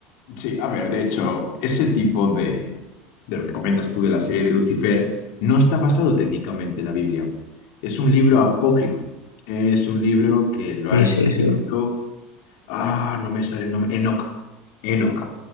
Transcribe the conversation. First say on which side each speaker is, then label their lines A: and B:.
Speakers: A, on the left (about 55°); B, on the left (about 75°).
A: Sí, a ver, de hecho, ese tipo de, de lo que comentas tú de la serie de Lucifer no está basado técnicamente en la Biblia. Es un libro apócrifo. Es un libro que lo
B: ¿Qué
A: ha
B: es
A: escrito
B: eso?
A: Ah, no me sale el nombre. Enoch. Enoch.